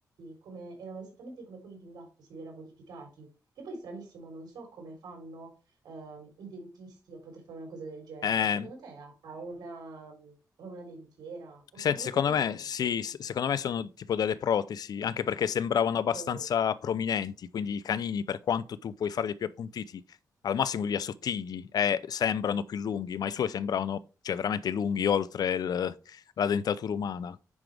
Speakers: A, on the right; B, on the left.
A: come, erano esattamente come quelli di un gatto, se li era modificati. Che poi è stranissimo, non so come fanno ehm, i dentisti a poter fare una cosa del genere.
B: Eh,
A: Secondo te ha, ha una, ha una dentiera o
B: Senti,
A: sono proprio
B: secondo
A: i suoi
B: me
A: denti?
B: sì, s- secondo me sono tipo delle protesi, anche perché sembravano
A: Ok,
B: abbastanza prominenti, quindi i canini, per quanto tu puoi farli più appuntiti, al massimo li assottigli e sembrano più lunghi, ma i suoi sembravano, cioè, veramente lunghi oltre il- la dentatura umana.